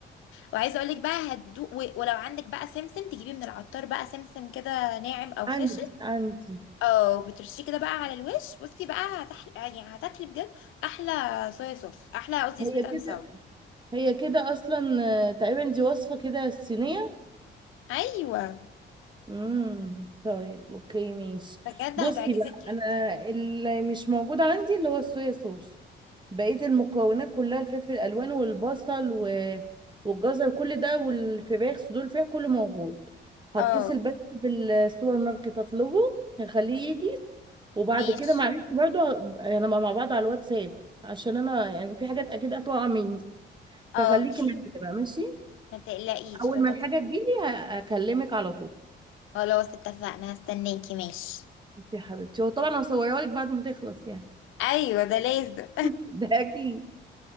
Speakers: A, on the left (about 85°); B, on the right (about 25°).
A: وعايزه اقول لك بقى هتدوق و- ولو عندك بقى سمسم تجيبي من العطار بقى سمسم كده ناعم او
B: عندي
A: خشن
B: عندي
A: او بترشيه كده بقى على الوش بصي بقى هتح... يعني هتاكلي بجد احلى صويا صوص احلى قصدي
B: هي
A: سويت اند
B: كده
A: ساور
B: هي كده اصلا آه، تقريبا دي وصفة كده الصينية
A: ايوه
B: امم طيب اوكي ماشي
A: بجد
B: بصي
A: هتعجبك
B: بقى
A: جدا
B: انا اللي مش موجود عندي اللي هو الصويا صوص بقية المكونات كلها الفلفل الالوان والبصل و... والجزر كل ده والفراخ صدور الفراخ كله موجود هتصل
A: اه
B: بس بالسوبر ماركت اطلبه هخليه يجي وبعد
A: ماشي
B: كده معلش برضو هنبقى مع بعض على الواتساب عشان انا يعني في حاجات اكيد هتقع مني
A: حاضر
B: فخليكي معايا بقى ماشي
A: ما تقلقيش
B: اول
A: لا
B: ما
A: تقلقي
B: الحاجه تجيلي ه- هكلمك على طول
A: خلاص اتفقنا هستناكي ماشي
B: انت يا حبيبتي هو طبعا هصورها لك بعد ما تخلص يعني
A: ايوه ده لازم
B: <laughs> ده اكيد